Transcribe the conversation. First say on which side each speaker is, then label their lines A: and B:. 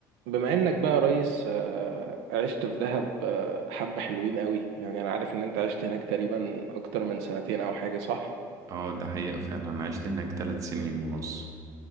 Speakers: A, on the right (about 80°); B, on the right (about 40°).
A: بما انك بقى يا ريس آه، عشت في دهب آه، حبة حلوين قوي يعني انا عارف ان انت عشت هناك تقريبا اكتر من سنتين او حاجة صح
B: اه ده حقيقة فعلا أنا عشت هناك تلات سنين ونص